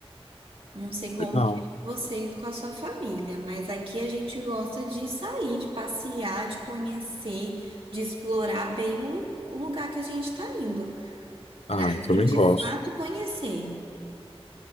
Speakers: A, on the right (about 65°); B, on the left (about 85°).
A: Não sei como
B: Legal.
A: que é você com a sua família, mas aqui a gente gosta de sair, de passear, de conhecer, de explorar bem o, o lugar que a gente está indo, para
B: Ah,
A: assim,
B: eu também
A: de
B: gosto.
A: fato conhecer.